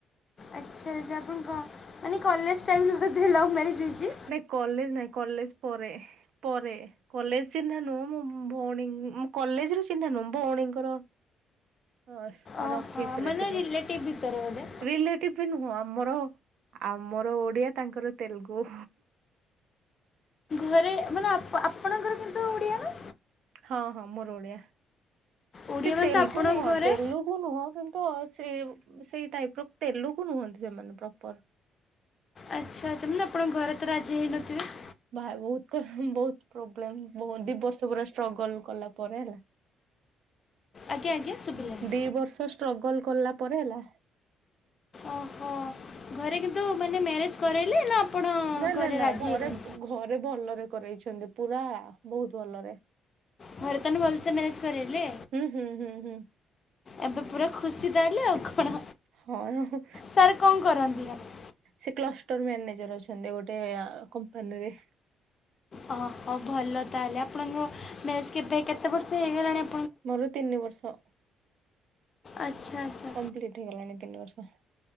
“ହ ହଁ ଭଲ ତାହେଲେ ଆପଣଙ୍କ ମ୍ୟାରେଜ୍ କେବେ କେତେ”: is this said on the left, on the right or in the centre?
Left